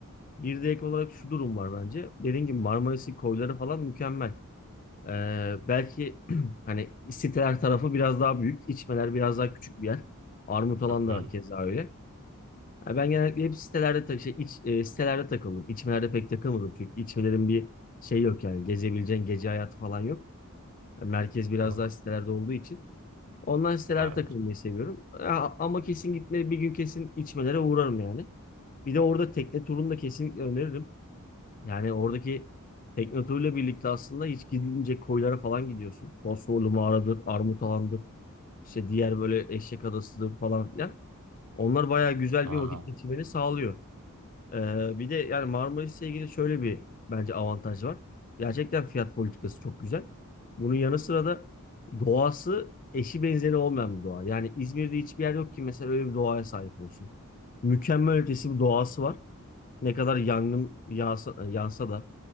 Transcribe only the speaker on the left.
Bir de ek olarak şu durum var bence. Dediğim gibi Marmaris'in koyları falan mükemmel. Ee, belki <clears throat> hani siteler tarafı biraz daha büyük, içmeler biraz daha küçük bir yer. Armut alan
da keza öyle. Ha, ben genellikle hep sitelerde tak şey, iç, e, sitelerde takıldım. İçmelerde pek takılmadım çünkü içmelerin bir şey yok yani gezebileceğin gece hayatı falan yok. Yani merkez biraz
daha sitelerde olduğu için. Ondan sitelerde
takılmayı seviyorum. Ha, ama kesin gitmeleri bir gün kesin içmelere uğrarım yani. Bir de orada tekne turunu da kesinlikle öneririm. Yani oradaki tekne birlikte aslında hiç gidilmeyecek koylara falan gidiyorsun. Fosforlu mağaradır, Armut Alan'dır, işte diğer böyle Eşek Adası'dır falan filan. Onlar bayağı güzel
bir vakit geçirmeni sağlıyor. Ee, bir de yani Marmaris'le ilgili şöyle bir bence avantaj var. Gerçekten fiyat politikası çok güzel. Bunun yanı sıra da doğası eşi benzeri olmayan bir doğa. Yani İzmir'de hiçbir yer yok ki mesela öyle bir doğaya sahip olsun. Mükemmel ötesi bir doğası var. Ne kadar yangın yağsa, yansa da